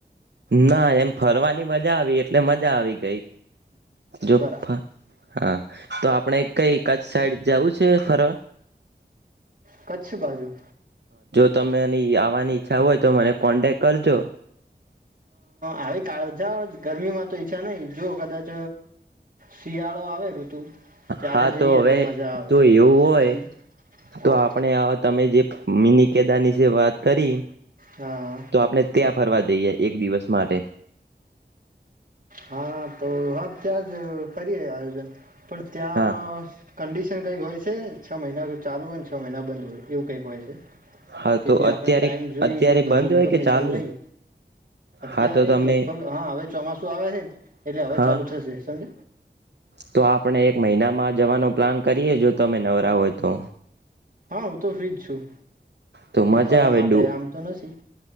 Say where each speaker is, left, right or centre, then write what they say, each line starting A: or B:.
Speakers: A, on the right (about 70°); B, on the right (about 50°).
A: ના એમ ફરવાની મજા આવી એટલે મજા આવી ગઈ જો
B: બરાબર
A: હા તો આપણે કઈ કચ્ સાઈડ જવું છે ફર
B: કચ્છ બાજુ
A: તમે એની આવવાની ઈચ્છા હોય તો મને કોન્ટેક કરજો
B: આવી કાળ જ ગરમી માં તો ઈચ્છા નહીિ જો કદાચ શિયાળો આવે ઋતુ ત્યારે
A: હા
B: જઈએ
A: તો હવે
B: મજા આવે
A: તો એવું હોય
B: સમજો
A: તો
B: હા
A: આપણે તમે જે મિની કેદાની વાત કરી
B: હા હા
A: તો આપણે ત્યાં ફરવા દઈએ એક દિવસ માટે
B: હા તો હા ત્યાં જ કરીએ આયોજન પણ ત્યાં
A: હા
B: કંડિશન કઈક હોય છે છ મહિના તો ચાલુ હોયને છ મહિના બંધ હોય એવું કંઈક હોય છે.
A: હા
B: તેથી
A: તો અત્યારે
B: આપણે ટાઈમ જોઈને
A: અત્યારે
B: બધી
A: બંધ
B: ઈન્ફોર્મેશન
A: હોય કે ચાલુ
B: લઈ અત્યારે
A: હા તો તમે
B: લગભગ હા હવે ચોમાસ. એટલે હવે
A: હા
B: ચાલુ થશે સમજ.
A: તો આપણે એક જવાનો પ્લાન કરીએ જો તમે નવરા હોય તો.
B: હા હું તો ફ્ર્રીજ છું.
A: તો મજા
B: એ ફરવા
A: આવે
B: માટે
A: ડુ
B: આમ તો નથી.